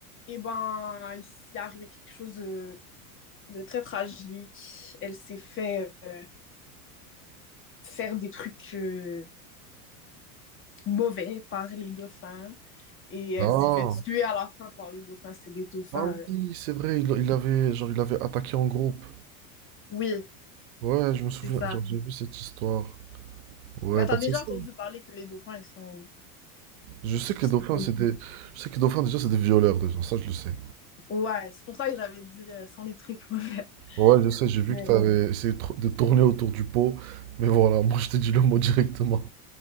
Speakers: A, on the left (about 25°); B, on the right (about 75°).
A: Et ben, il s'est arrivé quelque chose de, de très tragique. Elle s'est fait euh, faire des trucs euh, mauvais par les dauphins. Et elle
B: Ah.
A: s'est fait tuer à la fin par les dauphins. C'est des dauphins.
B: Ah oui,
A: euh,
B: c'est vrai, il, il avait genre il avait attaqué en groupe.
A: Oui,
B: Ouais, je me souviens,
A: c'est ça.
B: genre j'ai vu cette histoire. Ouais,
A: Bah, t'as
B: bah
A: déjà
B: c'est ça.
A: entendu parler que les dauphins, ils sont,
B: Je sais que
A: ils
B: les
A: sont
B: dauphins,
A: comme.
B: c'est des. Je sais que les dauphins déjà c'est des violeurs déjà, ça je le sais.
A: Ouais, c'est pour ça que j'avais dit euh, sans les trucs <laughs> mauvais.
B: Ouais, je sais, j'ai vu
A: Mais
B: que t'avais essayé de tr- de tourner autour du pot, mais voilà, <laughs> moi je t'ai dit le mot directement.